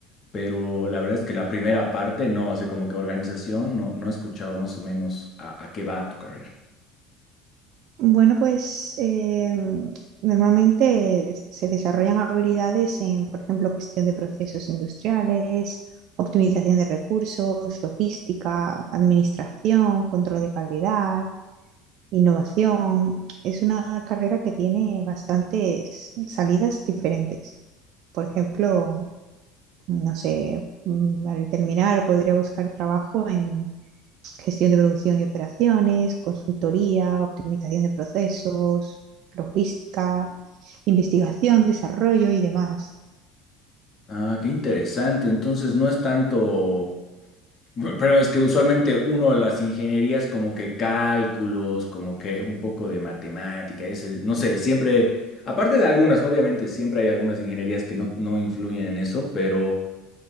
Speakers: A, on the left; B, on the right.
A: pero la verdad es que la primera parte, no, así como que organización, no, no he escuchado más o menos a a qué va tu carrera.
B: Bueno, pues eh, normalmente se desarrollan habilidades en, por ejemplo, gestión de procesos industriales, optimización de recursos, logística, administración, control de calidad. Innovación es una carrera que tiene bastantes salidas diferentes. Por ejemplo, no sé, mm, al terminar podría buscar trabajo en gestión de producción y operaciones, consultoría, optimización de procesos, logística, investigación, desarrollo y demás.
A: Ah, qué interesante. Entonces no es tanto. Bu- Pero es que usualmente uno las ingenierías como que cálculos, como que un poco de matemática, ese, no sé, siempre, aparte de algunas, obviamente siempre hay algunas ingenierías que no, no influyen en eso, pero